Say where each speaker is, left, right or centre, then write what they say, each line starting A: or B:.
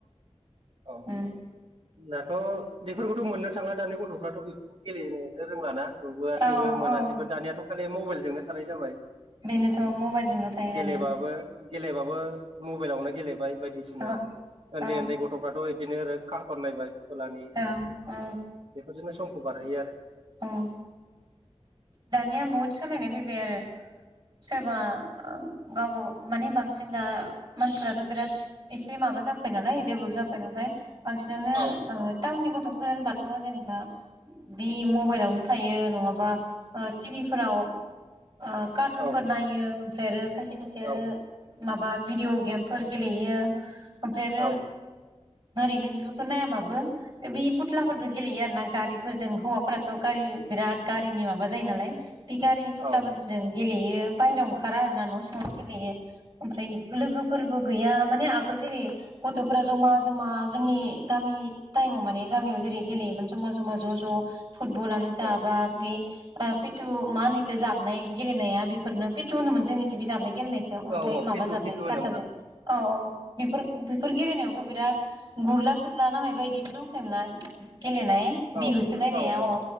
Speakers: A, on the right (about 60°); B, on the right (about 40°).
A: औ
B: उम ।
A: दाथ' बेफोरखौथ' मोननो थांला दानि गथ'फ्राथ' बेफोरखौ गेलेनो रोंलााना? नुबोआसैबो
B: औ
A: मोनासैबो
B: औ औ
A: दानियाथ' खालि मबाइलजोंनो थानाय जाबाय ।
B: बेनोथ' मबाइलजोंल' थायो
A: गेलेबाबो
B: दानिया
A: गेलेबाबो बो मबाइलावनो गेलेबाय बायदिसिना
B: औ
A: उन्दै
B: औ
A: उन्दै गथ'फ्राथ' बिदिनो आरो खारथन नायबाय फुथुलानि
B: औ
A: बेफोरजोंनो समखौ बारहोयो आरो ।
B: अ दानिया बहुद सोलायनाय फैबाय आरो सोरबा ओ गाबा माने बांसिन दा मानसिफथ' बिराद एसे माबा जाबाय नालाय देभलप जाबाय नालाय बांसिनानो
A: औ
B: ओ टाउननि गथ'फोरा होनबाथ' जेनेबा बि म मबाइलावनो थायो नङाबा ओ टिभि फोराव ओ कारटुनफोर
A: औ
B: नायो ओमफ्राय आरो खायसे खायसे आरो
A: औ
B: माबा भिडिअ गेमफोर गेलेयो ओमफ्राय आरो
A: औ
B: ओरैनो बेफोरखौ नायाबाबो बे फुथ्लाफोरजों गेलेयो आर ना गारिफोरजों हौवा फ्राथ' गारि बिराद गारिनि माबा जायो नालाय बे गारिनि फथ्लाफोरजों
A: औ
B: गेलेयो बाहेरायाव ओंखारा आरोना न' सिङावनो गेलेयो ओमफ्राय लोगोफोरबो गैया माने आगोल जेरै गथ'फोरा जमा जमा जोंनि गामि टाइमाव माने गामियाव जेरै गेलेयोमोन ज'मा ज'मा ज' ज' फुटबलानो जाबा
A: ओं
B: बे पेटु मा होनोखो जाबनाय गेलेनाया बेफोरनो पेटु होनोमोन जोंनिथि बे जाबनाय गेलेनायखौ अन्थाइ
A: औ औ
B: माबाजाबनाय
A: फिथु फिथु होनोमोन
B: कारजाबनाय
A: ओं
B: औ औ बेफोर बेफोर गेलेनायाव थ' बिराद गुरला सुरला नामा बिदिबो दंसैमोन ना गेलेनाय
A: औ
B: बिहोसोलाय नायाव
A: औ औ